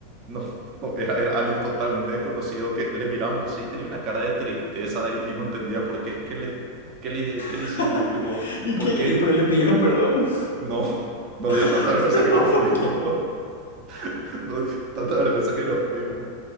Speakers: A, on the right; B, on the left.
A: No, no, era, era alguien totalmente desconocido que le miramos así, tenía una cara de tristeza y, y no entendía por qué, qué le, qué le, qué le
B: <laughs>
A: hicimos, tipo,
B: ¿Y
A: ¿por
B: qué?
A: qué?
B: Y Pero le pidieron perdón.
A: No, <laughs> nos dio tanta
B: <laughs>
A: vergüenza
B: Pero
A: que nos
B: ¿por
A: fuimos, <laughs> nos dio tanta vergüenza que nos fuimos.